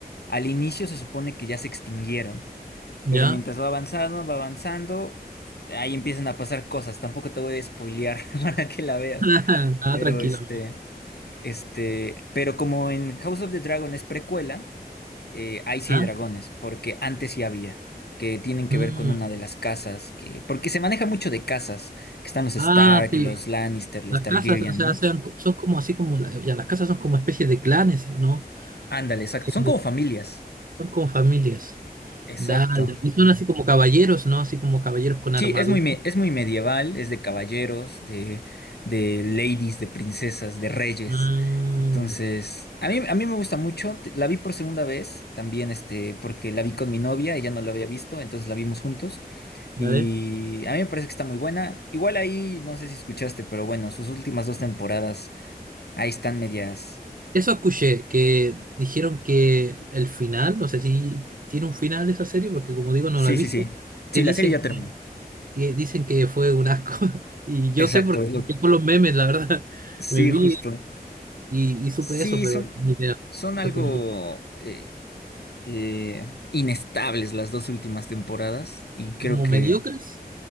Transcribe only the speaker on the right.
¿Ya?
<laughs> Ah,
tranquilo.
Ah,
mm.
Ah, sí.
Las
casas, o sea,
sean- son como así como, la- ya, las casas son como especies de clanes, ¿no?
Eh,
Son como familias.
Dale. Y son así como caballeros, ¿no? Así como caballeros con
armadura.
Mm,
dale.
Eso escuché, que dijeron que el final, no sé si t- tiene un final esa serie, porque como digo, no
la he visto,
que
dicen
que dicen que fue un asco. <laughs> Y yo
sé por,
que por los memes, la verdad, <laughs>
me vi
y, y supe
eso, pero
ni idea.
Porque
como
mediocres,